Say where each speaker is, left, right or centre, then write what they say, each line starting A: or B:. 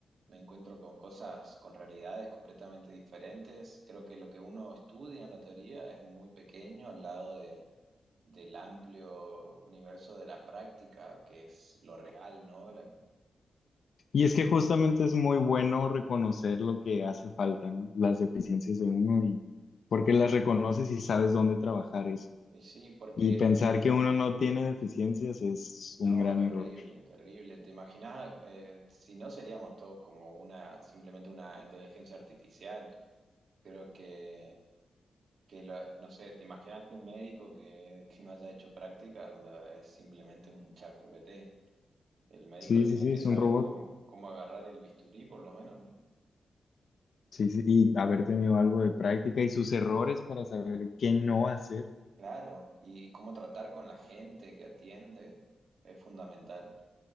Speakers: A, on the right; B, on the left.
A: me encuentro con cosas, con realidades completamente diferentes. Creo que lo que uno estudia en la teoría es muy pequeño al lado de, del amplio universo de la práctica, que es lo real, ¿no? La-
B: Y es que justamente es muy bueno reconocer lo que hace falta, ¿no? Las deficiencias de uno y porque las reconoces y sabes dónde trabajar eso.
A: Y sí, porque,
B: Y pensar que uno no tiene deficiencias es
A: no,
B: un gran
A: terrible,
B: error.
A: terrible. ¿Te imaginas, eh, si no seríamos todos como una, simplemente una inteligencia artificial? Creo que, que lo- no sé, ¿te imaginas que el médico que, que no haya hecho práctica es simplemente un chat ChatGPT? El médico
B: Sí,
A: tiene
B: sí, sí,
A: que
B: es
A: saber
B: un robot.
A: cómo, cómo agarrar el bisturí, por lo menos, ¿no?
B: Sí, sí, y haber tenido algo de práctica y sus errores para saber qué no hacer.
A: Claro, y cómo tratar con la gente que atiende es fundamental.